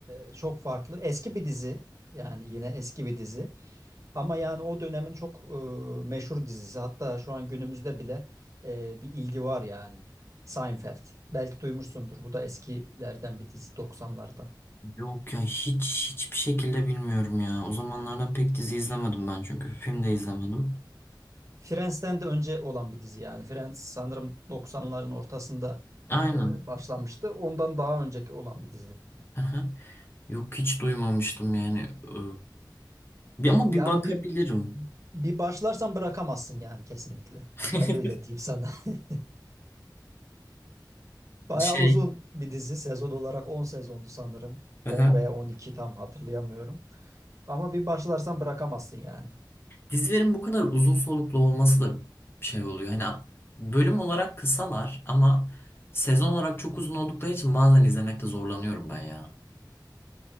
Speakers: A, on the right; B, on the left.
A: e, çok farklı. Eski bir dizi yani yine eski bir dizi. Ama yani o dönemin çok e, meşhur dizisi. Hatta şu an günümüzde bile e, bir ilgi var yani. Seinfeld. Belki duymuşsundur. Bu da eskilerden bir dizi doksanlardan.
B: Yok ya hiç hiçbir şekilde bilmiyorum ya. O zamanlardan pek dizi izlemedim ben çünkü film de izlemedim.
A: Friends'ten de önce olan bir dizi yani. Friends sanırım 90'ların ortasında
B: Aynen.
A: e, başlanmıştı. Ondan daha önceki olan bir dizi.
B: Aha. Yok hiç duymamıştım yani. Ee, bir- ama
A: Yani
B: bir bakabilirim.
A: bir bir başlarsan bırakamazsın yani kesinlikle.
B: <laughs>
A: Ben öyle diyeyim sana. <laughs> Bayağı
B: Şey,
A: uzun bir dizi. Sezon olarak 10 sezondu sanırım.
B: aha.
A: 10 veya 12 tam hatırlayamıyorum. Ama bir başlarsan bırakamazsın yani.
B: Dizilerin bu kadar uzun soluklu olması da şey oluyor. Hani bölüm olarak kısalar ama sezon olarak çok uzun oldukları için bazen izlemekte zorlanıyorum ben ya.